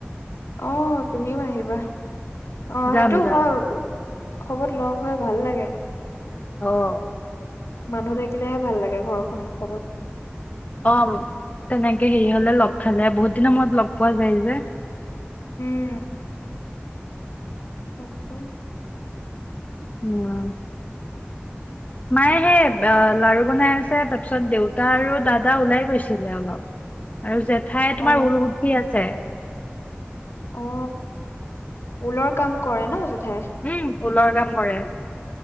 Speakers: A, on the left (about 90°); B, on the left (about 35°).
A: অ', তুমিও আহিবা। অ',
B: যাম
A: সেইটো
B: যাম
A: হয়, - উৎসৱত লগ হৈ ভাল লাগে।
B: অহ',
A: মানুহ থাকিলেহে ভাল লাগে ঘৰখনত কবত, -
B: অ', তেনেকে হেৰি হ'লে লগ খালে বহুত দিনৰ মূৰত লগ পোৱা যায় যে,
A: উম', তাকে, '
B: অ, মায়ে হে লাৰু বনাই আছে তাৰপিছত দেউতা আৰু দাদা ওলাই গৈছিলে অলপ আৰু যে জেঠাই তোমাৰ
A: অ
B: ঊল গুঠি আছে
A: অ ঊলৰ কাম কৰে ন জেঠাই
B: উম ঊলৰ কাম কৰে